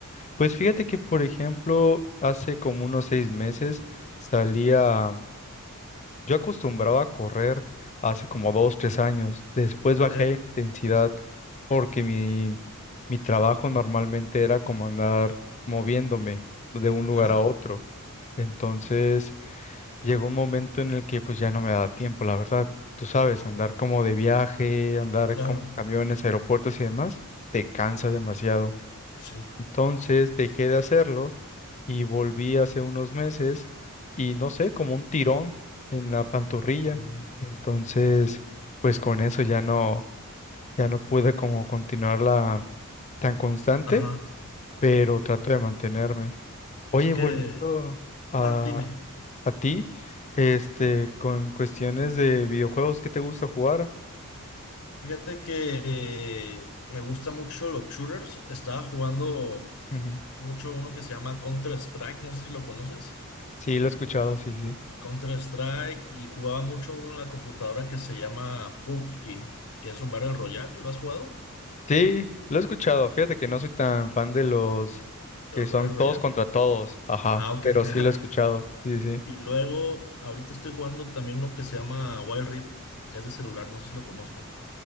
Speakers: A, on the left; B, on the left.
A: pues fíjate que, por ejemplo, hace como unos seis meses salía, yo acostumbraba a correr hace como dos, tres años, después
B: ¿O
A: bajé la intensidad porque mi, mi trabajo normalmente era como andar moviéndome de un lugar
B: Ajá,
A: a otro. Entonces llegó un momento en el que pues ya no me da tiempo, la verdad. Tú sabes, andar como de viaje, andar
B: claro,
A: con camiones, aeropuertos y demás, te cansa demasiado.
B: sí.
A: Entonces dejé de hacerlo y volví hace unos meses y no sé, como un tirón en la pantorrilla.
B: Mm.
A: Entonces, pues con eso ya no, ya no pude como continuarla tan constante,
B: Ajá,
A: pero trato de mantenerme.
B: es
A: Oye,
B: que,
A: volviendo a,
B: no, dime.
A: a ti, este, con cuestiones de videojuegos, ¿qué te gusta jugar?
B: Fíjate que eh, me gusta mucho los shooters. Estaba jugando
A: Ujú.
B: mucho uno que se llama Counter-Strike, no sé si lo conoces.
A: Sí, lo he escuchado, sí, sí.
B: Counter-Strike y jugaba mucho uno en la computadora que se llama PUBG, que es un Battle Royale. ¿Lo has jugado?
A: Sí, lo he escuchado. Fíjate que no soy tan fan de los que
B: Los
A: son
B: Battle
A: todos
B: Royale.
A: contra todos, ajá,
B: Ah, ok.
A: pero
B: <laughs>
A: sí lo he escuchado, sí, sí.
B: Y luego, ahorita estoy jugando también uno que se llama Wild Rift, que es de celular, no sé si lo conozcas.